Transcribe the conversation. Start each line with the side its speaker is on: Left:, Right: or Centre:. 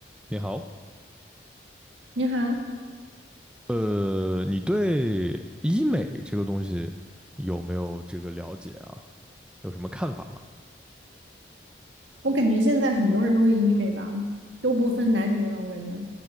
Centre: 你好，
Right: 你好，
Centre: 呃，你对医美这个东西有没有这个了解啊？有什么看法吗？
Right: 我感觉现在很多人都会医美吧，都不分男女了，我感觉